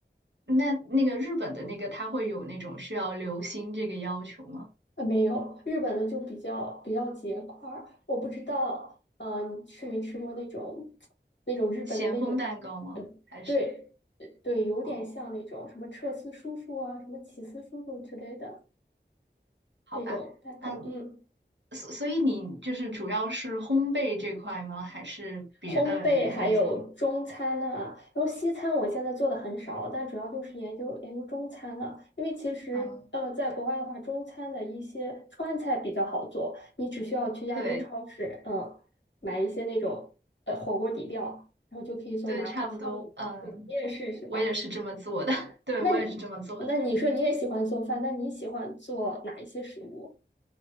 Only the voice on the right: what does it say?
那那个日本的那个，它会有那种需要留心这个要求吗？
咸丰蛋糕吗？
还是？
哦。
好吧，
嗯，
所所以你就是主要是烘焙这块吗？还是别的也会做？
嗯，
对
对，差不多，嗯，
我也是这么做的，<laughs> 对我也是这么做的。